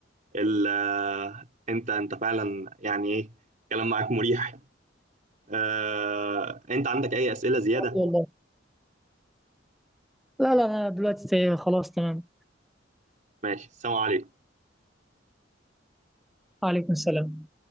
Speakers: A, on the right (about 45°); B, in the centre.
A: ال آه، انت انت فعلا يعني ايه الكلام معاك مريح آه، انت عندك اي اسئلة زيادة
B: والله لا لا انا دلوقتي خلاص تمام
A: ماشي السلام عليكم
B: وعليكم السلام